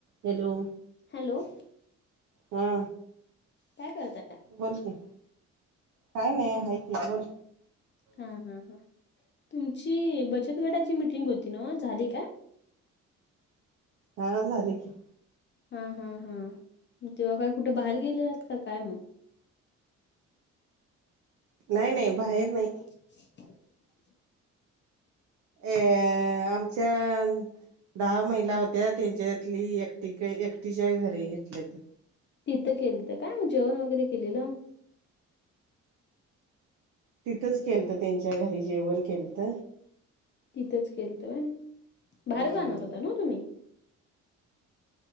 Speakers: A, on the right (about 65°); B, on the left (about 40°).
A: Hello
B: hello
A: हा.
B: काय करताय?
A: बोल कि काय नाही हाय की बोल.
B: हां हां हां तुमची बचतगटाची मिटिंग होती ना ओ झाली काय?
A: हा झालि की.
B: हा हा हा तेव्हा काय कुठं बाहेर गेलेलात का काय? मग
A: नाही नाही बाहेर नाही.
B: हं <inaudible>
A: ए आमच्या दहा महिला होत्या त्यांच्यातली एकटी एकटीच्या घरी घेतलेत.
B: तिथे केलत काय मग जेवण वगैरे केलेलं.
A: तिथंच केलत त्यांच्या घरी जेवण केलत.
B: तिथच केलत व्हय
A: हम्म
B: बाहेर जाणार होता ना तुम्ही?